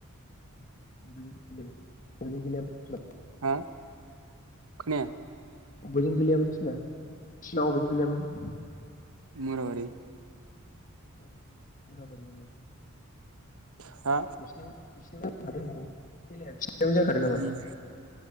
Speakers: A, on the left (about 35°); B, on the right (about 75°).
A: <unintelligible>
B: हा खोनाया
A: अबेजों गोलैयामोन थिना थिना अबे गोलैआमोन
B: मर' हारि
A: <unintelligible>
B: हा
A: <unintelligible> बि खल <inaudible> बे जाखार नामा
B: उम